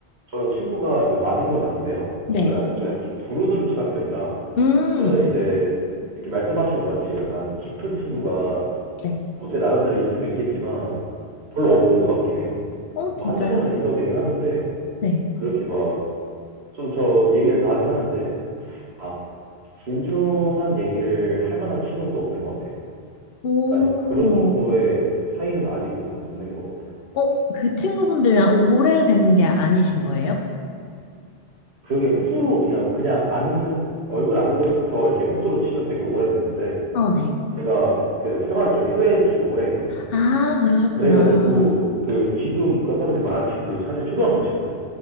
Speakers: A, on the right; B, on the left.
A: 저는 친구가 이렇게 많은 건 아닌데요.
B: 네.
A: 저도 약간, 저 약간 좀 두루두루 친한 편이라,
B: 음.
A: 저는 이제, 이렇게 말씀하신 것 같이 약간 깊은 친구가
B: 네.
A: 뭐 제 나름대로 있으면 있겠지만 별로 없는 것 같긴 해요.
B: 어, 진짜요?
A: 뭐 한두 명만 있어도 되긴 하는데
B: 네.
A: 그렇게 막 좀 저 얘기를 다 하긴 하는데 막 진중한 얘기를 할 만한 친구는 또 없는 것 같아요.
B: 오.
A: 아직 그런 정도의 사이는 아직은 없는 것 같아요.
B: 어, 그 친구분들이랑 오래된 게 아니신 거예요?
A: 그게 횟수로 그냥 그냥 안 얼굴 아는 것부터 이렇게 횟수로 치면 되게 오래됐는데
B: 어, 네.
A: 제가 그- 그 생활을 좀 해외에서 좀 오래 했거든요.
B: 아, 그러셨구나.
A: 그래가지고 그 지금 그 아까 전에 말한 친구들도 사실 초등학교 친구예요.